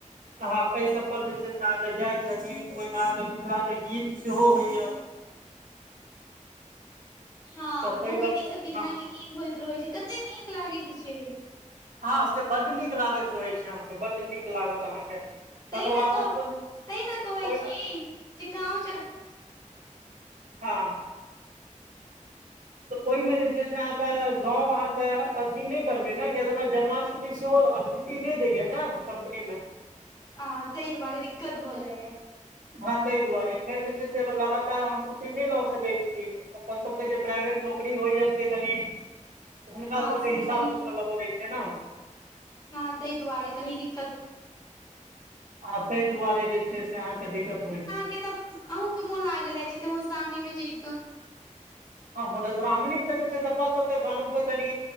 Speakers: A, on the right; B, on the left.
A: ह एहि सब पर जे छै से अहाँके जाइ छथिन ओहिमे अहाँके मिथिला के गीत सेहो होइया
B: हँ
A: तऽ ताहि
B: भगवतीसभके
A: लऽ कऽ हँ
B: जेनाकि गीत होइत रहैत छै कतेक नीक लागैत हेतै
A: हॅं से बड नीक लागैत रहै छै अहाँके बड नीक लागत अहाँके
B: त
A: तकर
B: ने
A: बाद
B: कह
A: अपन
B: तहि ने कहै
A: ओहिमे
B: छी जे गाँव त
A: हँ। ओहिमे जे छै से अहाँके गाँंव अहाँके अथी नहि करबै ने किय तना जन्माष्टमी सेहो आ छुट छुट्टी दे दैये न दैया ने कम्पनी मे
B: आ तई दुआारे दिककत भ हो जाइए
A: हँ ताहि दुआरे फेर जे छै से लगातार हम छुट्टी नहि लऽ सकैत छीियै अपन सब जे प्राइवेट नौकरी होइ से तनी हुनका
B: हँ
A: सभके
B: से
A: हिसाबसँ
B: तऽ कनि
A: चलय पड़ैत छै ने'
B: हँ तऽ ई दुआरे कथिक
A: आ ताहि दुआरे जे छै से अहाँके दिक्कत होइत।
B: के तऽ अहूँ के मोन लागल ये जीत मधुश्रावणी मे ज
A: हँ म <unintelligible> श्राह्मणी ज तपासत गाँ त तनी